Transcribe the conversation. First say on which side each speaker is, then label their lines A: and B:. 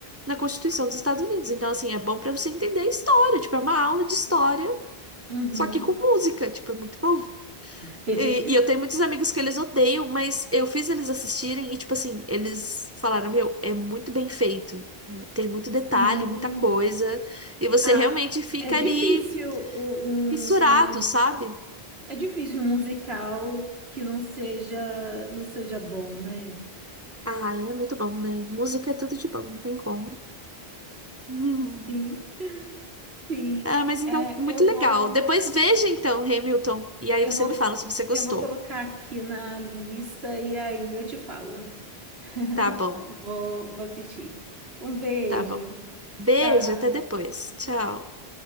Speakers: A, on the right (about 15°); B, on the right (about 80°).
A: na Constituição dos Estados Unidos. Então, assim, é bom pra você entender a história, tipo, é uma aula de história,
B: Uhum.
A: só que com música, tipo, é muito bom.
B: <laughs>
A: E, e eu tenho muitos amigos que eles odeiam, mas eu fiz eles assistirem e, tipo assim, eles falaram: Meu, é muito bem feito. É, tem muito detalhe,
B: Sim.
A: muita coisa. E você
B: Ah,
A: realmente fica
B: é difícil
A: ali
B: o- um,
A: fissurado, sabe?
B: um- é difícil um musical que não seja não seja bom, né?
A: Ah, é muito bom, né? Música é tudo de bom, não tem como. <laughs>
B: Sim, sim.
A: Ah, mas então,
B: É,
A: muito
B: eu vou
A: legal. Depois veja então, Hamilton. E aí
B: eu
A: você
B: vou
A: me fala se você gostou.
B: eu vou colocar aqui na lista e aí eu te falo. <laughs>
A: Tá bom,
B: Vou, vou assistir. Um beijo.
A: tá bom. Beijo,
B: Tchau.
A: até depois. Tchau.